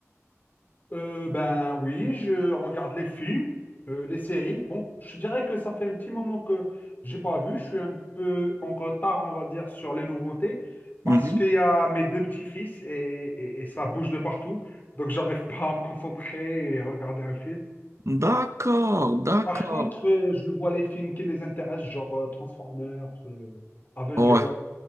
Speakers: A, on the left (about 35°); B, on the right (about 60°).
A: Euh, ben oui, je regarde les films, euh, les séries. Bon, je dirais que ça fait un petit moment que j'ai pas vu. Je suis un peu en retard, on va dire, sur les nouveautés, parce
B: Mhm.
A: qu'il y a mes deux petits-fils et, et- et ça bouge de partout. Donc j'arrive pas à me concentrer et regarder un film.
B: D'accord, d'accord.
A: Par contre, euh, je vois les films qui les intéressent, genre euh, Transformers, euh, Avengers.
B: Ouais,